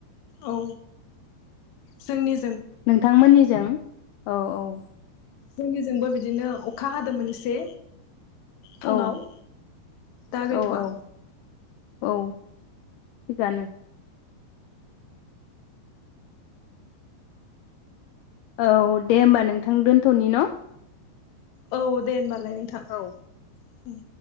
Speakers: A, on the left; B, on the left.
A: औ जोंनि
B: नोंथांमोननिजों औ औ
A: जोंनिजोंबो बिदिनो अखा हादोंमोन एसे। फुङाव
B: औ
A: दा गैथवा।
B: औ औ औ थिगानो औ दे होम्बा नोंथां दोनथनि न।
A: औ दे होनबा लाय नोंथां
B: औ
A: उम